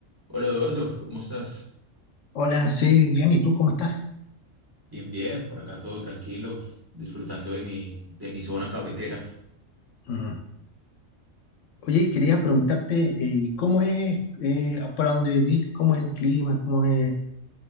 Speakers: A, on the right; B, on the left.
A: Hola Eduardo, ¿cómo estás?
B: Hola, sí, bien, ¿y tú cómo estás?
A: Bien, bien, por acá todo tranquilo, disfrutando de mi, de mi zona cafetera.
B: Ujú. Oye, quería preguntarte, eh, ¿cómo es eh, para donde vivís? ¿Cómo es el clima? ¿Cómo es,